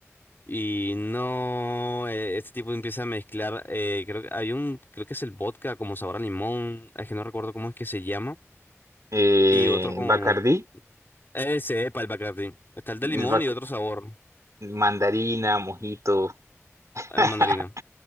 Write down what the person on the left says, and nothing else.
Y no, eh, este tipo empieza a mezclar, eh, creo que hay un, creo que es el vodka como sabor a limón, es que no recuerdo cómo es que se llama,
y otro con...
Ese, epa, el Bacardi. Está el de
limón
y otro sabor,
el mandarina.